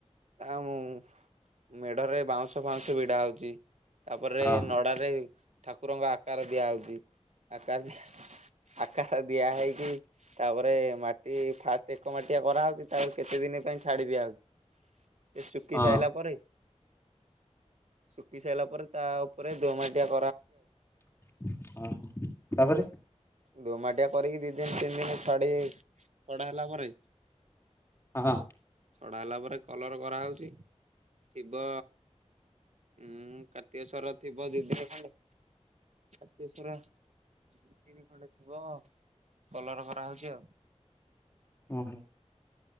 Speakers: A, on the right; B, on the left.
A: ଆଉ ମେଢରେ ବାଉଁଶ ଫାଉଉଁଶ ଭିଡା ହଉଛି। ତାପ ରେ
B: ହଁ।
A: ନଡାରେ ଏ ଆକାର ଦିଆ ହଉଛି ଆକାର ଦି ଆକାର ଦିଆ ହେଇକି ତାପରେ ମାଟି ଫାଷ୍ଟ ଏକ ମାଟିଆ କରାହେଉଛି ତାକୁ କେତେ ଦିନ ପାଇଁ ଛାଡି ଦିଆ ହ <inaudible> ସେ ଶୁଖି
B: ହଁ
A: ସାଇଲା ପରେ <inaudible> ଶୁଖି ସାଇଲା ପରେ। ତା ଉପରେ ଦୋ ମାଟିଆ
B: <inaudible> ହଁ ଅଁ। ତାପରେ
A: ଦୋମାଟିଆ କରିକି। ଦି ଦିନି ତିନି ଦିନ ଛାଡି ଛଡା ହେଲା ପରେ
B: ହ ହ।
A: ଛଡା ହେଲା ପରେ କଲର କରାହଉଛି। ଥିବ ଉ କାର୍ତ୍ତିକ ସୋର ଥିବ ଦି ଦିନ ଖଣ୍ଡେ ଆ ଦଶରା। ଦି ଦିନି ଖଣ୍ଡେ ଥିବ କଲର କରା ହଉଛି ଆଉ।
B: ହଁ